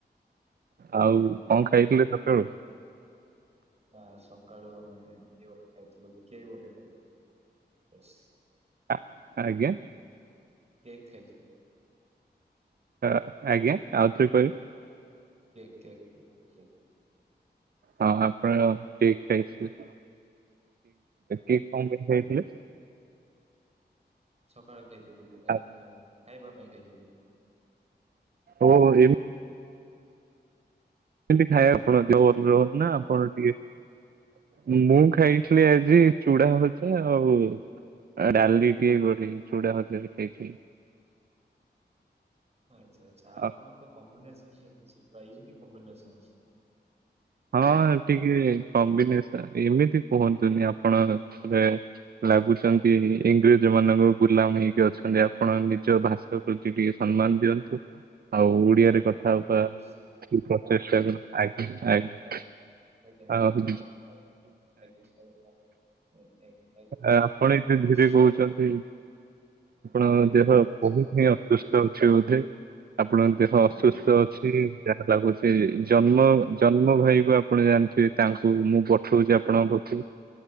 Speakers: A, on the right; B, on the right.
A: ଆଉ
B: ହୁଁ
A: କଁ ଖାଇଥିଲେ ସଖାଳୁ?
B: ଆ ସକାଳୁ ଆମେ ଏ ଗୋଟେ ଖାଇଥିଲୁ କେକ ଗୋଟେ ଖାଇଥିଲୁ।
A: ଆ ଆଜ୍ଞା।
B: କେକ୍ ଖାଇଥିଲୁ।
A: ଆ ଆଞା ଆଉ ଥରେ <unintelligible>
B: କେକ କେକ
A: ହଁ ଆପଣ କେକ ଖାଇ <unintelligible> କେକ କଁ ପାଇଁ ହେଇଥିଲେ?
B: ସକାଳ ଖାଇଥିଲୁ ଏଁ
A: ଆ-
B: ଖାଇବା ପାଇଁ ଖାଇଥିଲୁ।
A: ଓହୋ ଏମ ସେମତି ଖାଇବେ ଆପଣ ଦେହ ଭଲ ରହୁନି ନା ଆପଣ ଟିକେ ମୁଁ ଖାଇଥିଲି ଆଜି ଚୁଡା ଭଜା ଆଉ ଡାଲି ଟିକେ ଗୋଲେଇ ଚୁଡା ଭଜାରେ ଖାଇଥିଲି।
B: ଆଚ୍ଛା ଆଚ୍ଛା ଆପଣ
A: ଆ-
B: ତ କମ୍ବିନେସନ ହେଇଛି <unintelligible> କମ୍ବିନେସନ।
A: ହଁ ଟିକେ କମ୍ବିନେସ ଏମିତି କୁହନ୍ତୁନି ଆପଣ ରେ ଲାଗୁଛନ୍ତି ଇଂରେଜ ମାନଙ୍କ ଗୁଲାମ ହେଇକି ଅଛନ୍ତି ଆପଣ ନିଜ ଭାଷା ପ୍ରତି ଟିକେ ସମ୍ମାନ ଦିଅନ୍ତୁ। ହୋଉ ଓଡିଆରେ
B: ଆଜ୍ଞା
A: କଥା ହବା
B: ତମେ ବୁଝି
A: ଟିକେ ପ୍ରଚେଷ୍ଟା କର ଆଜ୍ଞା ଆଜ୍ଞା।
B: ଆଗ୍ ଉଁ
A: ଆହୁରି
B: ଆଜ୍ଞା ଆଜ୍ଞା <unintelligible> ଆଜ୍ଞା
A: ଆ ଆପଣ ଏତେ ଧୀରେ
B: ସରି
A: କୋହୁଚନ୍ତି
B: ଆମ
A: ଆପଣଙ୍କ
B: ଆମର ଇକୋ
A: ଦେହ
B: ହଉଥିଲା
A: ବୋହୁତ
B: ସାର୍
A: ହିଁ ଅସୁସ୍ଥ ଅଛି ବୋଧେ? ଆପଣଙ୍କ ଦେହ
B: ନାଇଁ
A: ଅସୁସ୍ଥ
B: ନାଇଁ
A: ଅଛି ଯାହା ଲାଗୁଛି।
B: ହଁ।
A: ଜନ୍ମ ଜନ୍ମ ଭାଇକୁ ଆପଣ ଜାଣିଥି ସେ ତାଙ୍କୁ ମୁଁ ପଠୋଉଚି ଆପଣଙ୍କ
B: ହଁ
A: ପାଖକୁ